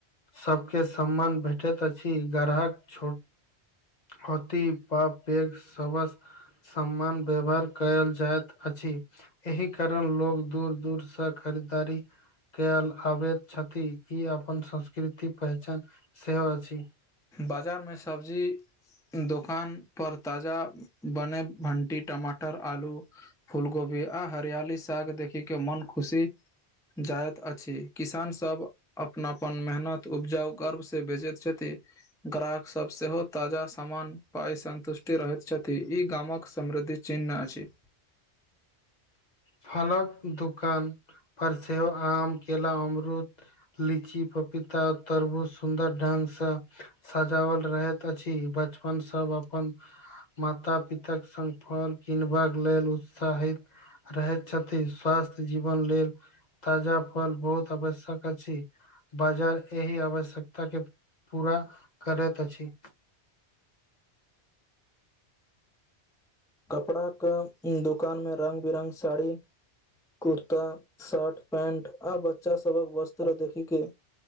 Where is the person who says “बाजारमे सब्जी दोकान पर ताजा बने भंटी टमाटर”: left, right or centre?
Centre